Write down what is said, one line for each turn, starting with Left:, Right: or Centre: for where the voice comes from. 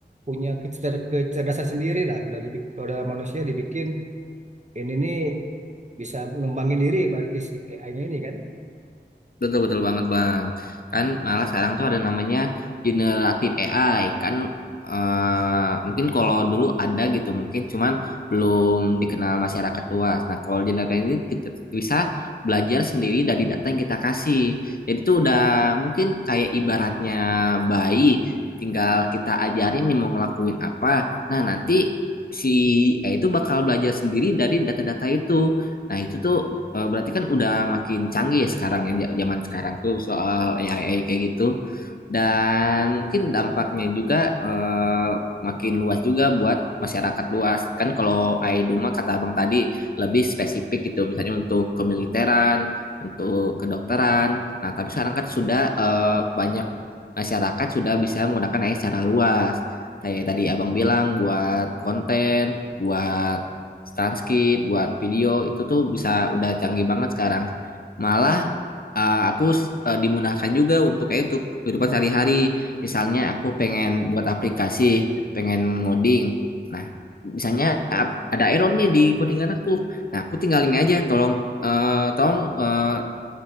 Right: punya kecer- kecerdasan sendiri lah. Udah dibikin, udah manusia dibikin ini nih bisa mengembangin diri berarti si AI-nya ini kan.
Left: Betul betul banget bang. Kan malah sekarang tuh ada namanya generatif AI. Kan eh, mungkin kalau dulu ada gitu, mungkin cuman belum dikenal masyarakat luas. Nah kalau generatif ini kita bisa belajar sendiri dari data yang kita kasih. Jadi tuh udah mungkin kayak ibaratnya bayi, tinggal kita ajarin nih mau ngelakuin apa. Nah nanti si AI itu bakal belajar sendiri dari data-data itu. Nah, itu tuh eh, berarti kan udah makin canggih ya sekarang ya ja- zaman sekarang tuh soal AI, AI kayak gitu. Dan mungkin dampaknya juga eh, makin luas juga buat masyarakat luas. Kan kalau AI Duma kata Abang tadi lebih spesifik gitu misalnya untuk kemiliteran, untuk kedokteran. Nah, tapi sekarang kan sudah eh, banyak masyarakat sudah bisa menggunakan AI secara luas. Kayak tadi Abang bilang buat konten buat Stanscape, buat video itu tuh bisa udah canggih banget sekarang. Malah eh, aku s- eh, dimudahkan juga untuk kayak itu kehidupan sehari-hari. Misalnya aku pengen buat aplikasi, pengen ngoding. Nah, misalnya ap- ada error nih di codingan aku. Nah, aku tinggal ini aja, tolong eh, tolong eh,